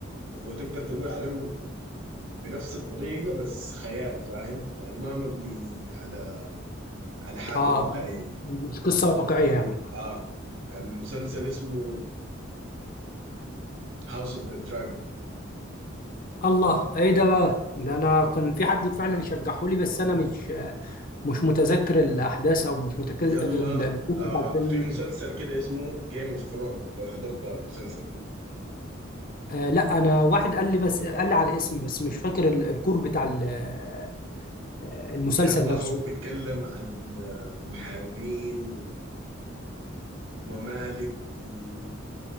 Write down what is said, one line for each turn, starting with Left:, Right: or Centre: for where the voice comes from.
Right: هو تقدر تقول عليه بنفس الطريقة بس خيال فاهم يعني ما مبني على على حاجة
Left: اه
Right: واقعية
Left: مش قصه واقعيه يعني
Right: اه المسلسل اسمه هاوس اوف ذا دراجون
Left: الله ايه ده بقى ده انا كان في حد فعلا شجحه لي بس انا مش مش متذكر الاحداث او مش متذكر
Right: يلا
Left: ال- الكور
Right: آه
Left: بتاع الفيلم
Right: في مسلسل كده اسمه جيم اوف ثرون لو حضرت المسلسل ده
Left: آه لا انا واحد قال لي بس قال لي على اسم بس مش فاكر ال- الكور بتاع ال- آه، المسلسل
Right: يلا
Left: نفسه
Right: هو بيتكلم عن آه، محاربين و... وممالك و...